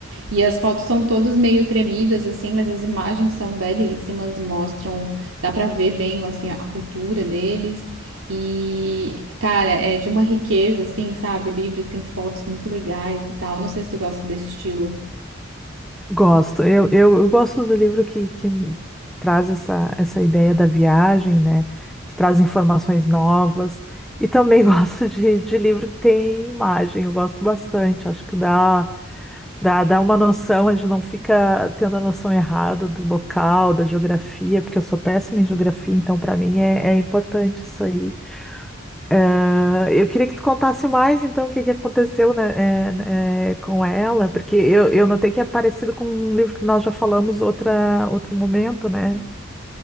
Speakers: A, on the right (about 80°); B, in the centre.
A: E as fotos são todas meio tremidas, assim, mas as imagens são belíssimas, mostram, dá pra ver bem, assim, a, cultura deles. E, cara, é de uma riqueza, assim, sabe? O livro tem fotos muito legais e tal. Não sei se tu gosta desse estilo.
B: Gosto. Eu, eu, eu gosto do livro que, que me traz essa, essa ideia da viagem, né? Que traz informações novas. E também <laughs> gosto de, de livro que tem imagem. Eu gosto bastante. Acho que dá, dá, dá uma noção, a gente não fica tendo a noção errada do local, da geografia, porque eu sou péssima em geografia, então para mim é, é importante isso aí. Ah, eu queria que tu contasse mais, então, o que que aconteceu, né, é, é, com ela, porque eu, eu notei que é parecido com um livro que nós já falamos outra, outro momento, né?